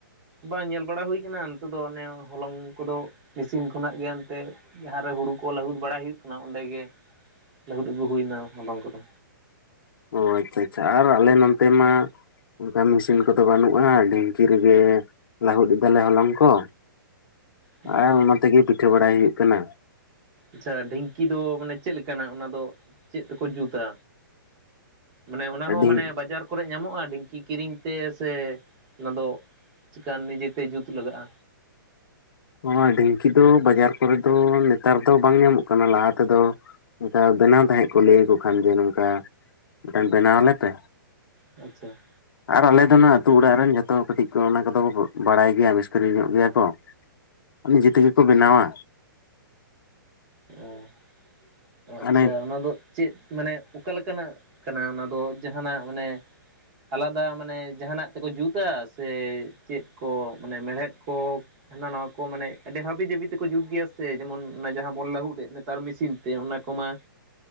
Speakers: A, on the right (about 20°); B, on the left (about 80°).
A: ᱵᱟᱝ ᱧᱮᱞ ᱵᱟᱲᱟ ᱦᱩᱭ ᱟᱱᱟ, ᱱᱛᱮ ᱫᱚ ᱚᱱᱮ ᱦᱚᱞᱚᱝ ᱠᱚᱫᱚ, ᱢᱤᱥᱤᱱ ᱠᱷᱚᱱᱟᱜ ᱜᱮ ᱮᱱᱛᱮ ᱡᱟᱦᱟᱸ ᱨᱮ ᱦᱩᱲᱩ ᱠᱚ ᱞᱟᱹᱦᱩᱫ ᱵᱟᱲᱟᱭ ᱦᱩᱭᱩᱜ ᱠᱟᱱᱟ, ᱚᱸᱰᱮ ᱜᱮ ᱞᱟᱹᱦᱩᱫ ᱟᱹᱜᱩ ᱦᱩᱭᱱᱟ ᱦᱚᱞᱚᱝ ᱠᱚᱫᱚ᱾
B: ᱚᱻ ᱟᱪᱪᱷᱟ ᱟᱪᱪᱷᱟ, ᱟᱨ ᱟᱞᱮ ᱱᱚᱱᱛᱮ ᱢᱟ ᱚᱱᱠᱟ ᱢᱤᱥᱤᱱ ᱠᱚᱫᱚ ᱵᱟᱹᱱᱩᱜᱼᱟ, ᱰᱷᱤᱝᱠᱤ ᱨᱮᱜᱮ ᱞᱟᱹᱦᱩᱫ ᱫᱟᱞᱮ ᱦᱚᱞᱚᱝ ᱠᱚ᱾
A: ᱦᱮᱸ
B: ᱟᱨ ᱚᱱᱟ ᱛᱮᱜᱮ ᱯᱤᱴᱷᱟᱹ ᱵᱟᱲᱟᱭ ᱦᱩᱭᱩᱜ ᱠᱟᱱᱟ᱾
A: ᱟᱪᱪᱷᱟ ᱰᱷᱤᱝᱠᱤ ᱫᱚ ᱢᱟᱱᱮ ᱪᱮᱫ ᱞᱮᱠᱟᱱᱟᱜ, ᱚᱱᱟ ᱫᱚ ᱪᱮᱫ ᱛᱮᱠᱚ ᱡᱩᱛᱟ? ᱢᱟᱱᱮ, ᱚᱱᱟ
B: ᱟᱹᱰᱤ
A: ᱦᱚᱸ ᱢᱟᱱᱮ ᱵᱟᱡᱟᱨ ᱠᱚᱨᱮ ᱧᱟᱢᱚᱜᱼᱟ ᱰᱷᱤᱝᱠᱤ ᱠᱤᱨᱤᱧ ᱛᱮ ᱥᱮ, ᱚᱱᱟ ᱫᱚ ᱪᱮᱠᱟ ᱱᱤᱡᱮ ᱛᱮ ᱡᱩᱛ ᱞᱟᱜᱟᱜᱼᱟ?
B: ᱱᱚᱣᱟ ᱰᱷᱤᱝᱠᱤ ᱫᱚ ᱵᱟᱡᱟᱨ ᱠᱚᱨᱮ ᱫᱚ ᱱᱮᱛᱟᱨ ᱫᱚ ᱵᱟᱝ ᱧᱟᱢᱚᱜ ᱠᱟᱱᱟ᱾ ᱞᱟᱦᱟ ᱛᱮᱫᱚ ᱚᱱᱠᱟ ᱵᱮᱱᱟᱣ ᱛᱟᱦᱮᱸᱫ ᱠᱚ, ᱞᱟᱹᱭ ᱟᱠᱚ ᱠᱷᱟᱱ ᱜᱮ ᱱᱚᱝᱠᱟ, ᱢᱤᱫᱴᱮᱱ ᱵᱮᱱᱟᱣ ᱟᱞᱮ ᱯᱮ᱾
A: ᱟᱪᱪᱷᱟ,
B: ᱟᱨ ᱟᱞᱮ ᱫᱱᱟᱜ ᱟᱹᱛᱩ ᱚᱲᱟᱜ ᱨᱮᱱ ᱡᱚᱛᱚ ᱦᱚᱲ ᱠᱟᱹᱴᱤᱡ ᱠᱚ, ᱚᱱᱟ ᱠᱚᱫᱚ ᱠᱚ ᱵᱟᱲᱟᱭ ᱜᱮᱭᱟ ᱢᱤᱥᱛᱨᱤ ᱧᱚᱜ ᱜᱮᱭᱟ ᱠᱚ᱾ ᱱᱤᱡᱮ ᱛᱮᱜᱮ ᱠᱚ ᱵᱮᱱᱟᱣᱟ᱾
A: ᱚ, ᱚ
B: ᱢᱟᱱᱮ
A: ᱟᱪᱪᱷᱟ ᱚᱱᱟ ᱫᱚ ᱪᱮᱫ ᱢᱟᱱᱮ ᱚᱠᱟ ᱞᱮᱠᱟᱱᱟᱜ ᱠᱟᱱᱟ ᱚᱱᱟ ᱫᱚ, ᱡᱟᱦᱟᱱᱟᱜ ᱢᱟᱱᱮ ᱟᱞᱟᱫᱟ ᱢᱟᱱᱮ ᱡᱟᱦᱟᱱᱟᱜ ᱛᱮᱠᱚ ᱡᱩᱛᱟ, ᱥᱮ ᱪᱮᱫ ᱠᱚ ᱢᱟᱱᱮ ᱢᱮᱲᱦᱮᱫ ᱠᱚ ᱦᱟᱱᱟ ᱱᱟᱣᱭᱟ ᱠᱚ, ᱢᱟᱱᱮ ᱟᱹᱰᱤ ᱦᱟᱹᱵᱤ ᱡᱟᱹᱵᱤ ᱛᱮᱠᱚ ᱡᱩᱛ ᱜᱮᱭᱟ ᱥᱮ, ᱡᱮᱢᱚᱱ ᱚᱱᱟ ᱡᱟᱦᱟᱸ ᱚᱱ ᱞᱟᱹᱦᱩᱫ ᱮᱜ ᱱᱮᱛᱟᱨ ᱢᱤᱥᱤᱱ ᱛᱮ, ᱚᱱᱟ ᱠᱚᱢᱟ